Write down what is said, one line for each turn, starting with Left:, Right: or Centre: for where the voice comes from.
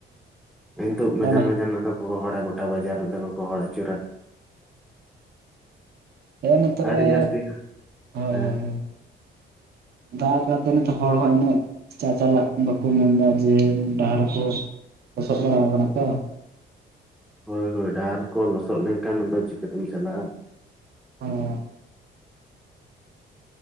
Centre: ᱱᱤᱛᱩᱚᱜ ᱢᱟᱡᱟᱱᱻᱢᱟᱡᱟᱱ
Right: ᱛᱟᱦᱚᱞᱮ
Centre: ᱨᱮᱫᱚ ᱠᱚ ᱜᱚᱦᱚᱲᱟ ᱜᱚᱴᱟ ᱵᱟᱡᱟᱨ ᱢᱤᱫᱷᱟᱹᱣ ᱠᱚ ᱜᱚᱦᱚᱲ ᱟᱹᱪᱩᱨᱟ᱿
Right: ᱦᱸ ᱦ ᱱᱤᱛᱚᱜ
Centre: ᱟᱹᱰᱤ
Right: ᱮ
Centre: ᱡᱟᱹᱥᱛᱤ
Right: ᱦᱮᱸᱦᱮᱸ
Centre: ᱦᱮᱸ
Right: ᱫᱟᱜ ᱠᱟᱛᱮ ᱱᱤᱛᱚᱜ ᱦᱚᱲ ᱦᱚᱸ ᱤᱱᱟᱹᱜ᱿ ᱪᱟ ᱪᱟᱞᱟᱜ ᱵᱟᱠᱚ ᱢᱮᱱᱫᱟ ᱡᱮ ᱰᱟᱦᱟᱨ ᱠᱚ ᱞᱚᱥᱚᱫ ᱵᱟᱲᱟᱣ ᱠᱟᱱᱟ ᱛᱚ᱿
Centre: ᱦᱳᱭ ᱦᱳᱭ ᱰᱟᱦᱟᱨ ᱠᱚ ᱞᱚᱥᱚᱫ ᱞᱮᱱᱠᱷᱟᱱ ᱫᱚ ᱪᱤᱠᱟᱹᱛᱮᱢ ᱪᱟᱞᱟᱜᱼᱟ᱿
Right: ᱚ